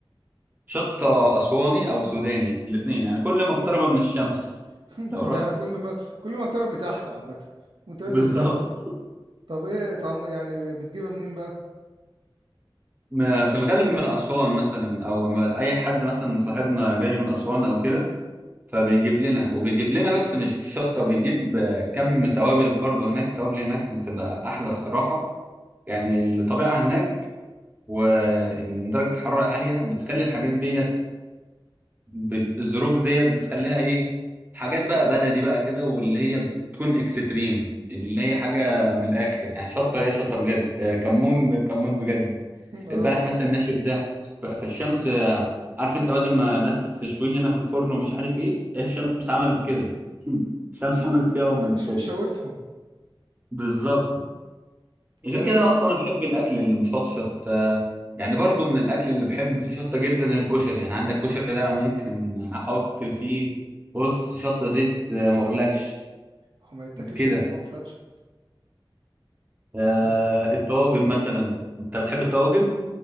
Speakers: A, on the right (about 20°); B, on the right (about 65°).
A: شط أسواني أو سوداني الاتنين يعني كل ما اقترب من الشمس
B: <laughs> بجد
A: لو رحت
B: كل
A: <laughs>
B: ما كل ما اقترب لتحت عامة وانت نازل
A: بالظبط
B: لتحت طب ايه طعم يعني بتجيبها منين بقى
A: ما- في الغالب من أسوان مثلا أو ما- أي حد مثلا صاحبنا جاي من أسوان أو كده فبيجيب لنا وبيجيب لنا بس مش شطة بيجيب آه، كم توابل برضه هناك التوابل هناك بتبقى أحلى صراحة يعني الطبيعة هناك ودرجة الحرارة عالية بتخلي الحاجات دي بت... الظروف ديت بتخليها ايه حاجات بقى بلدي بقى كده واللي هي بتكون اكستريم اللي هي حاجه من الاخر يعني شطه هي شطه بجد آه، كمون كمون بجد
B: <laughs> اه
A: البلح مثلا ناشف ده ف- فالشمس آه، عارف انت بدل ما ناس بتشويه هنا في الفرن ومش عارف ايه الشمس
B: آه.
A: عملت كده <laughs> الشمس عملت فيها قوي من
B: <laughs>
A: الفرن
B: شويتهم
A: بالظبط غير
B: لا
A: كده انا اصلا انا بحب الاكل المشطشط آه، يعني برضو من الاكل اللي بحب فيه شطه جدا الكشري يعني عندك كشري ده انا ممكن احط فيه بص شطه زيت آه، ما اقولكش
B: هو ما يتاكلش
A: كده
B: غير هو مشطشط
A: آه،
B: عامة
A: الطواجن مثلا انت بتحب الطواجن